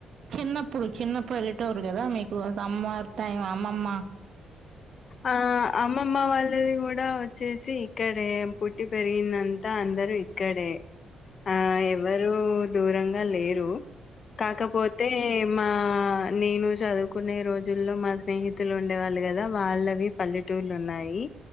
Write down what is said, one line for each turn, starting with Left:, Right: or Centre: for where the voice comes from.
Right: చిన్నప్పుడు, చిన్న పల్లెటూరు కదా మీకు సమ్మార్ టైమ్ అమ్మ. అమ్మ
Left: ఆ అమ్మమ్మ వాళ్ళది కూడా వచ్చేసి ఇక్కడే పుట్టి పెరిగింది అం త్త అందరూ ఇక్కడే. ఆ ఎవరు దూరంగా లేరు కాకపోతే మా ఆ నేను చదువుకునే రోజుల్లో మా స్నేహితులు ఉండేవాళ్ళు కదా. వాళ్ళవి పల్లెటూర్లు ఉన్నాయి.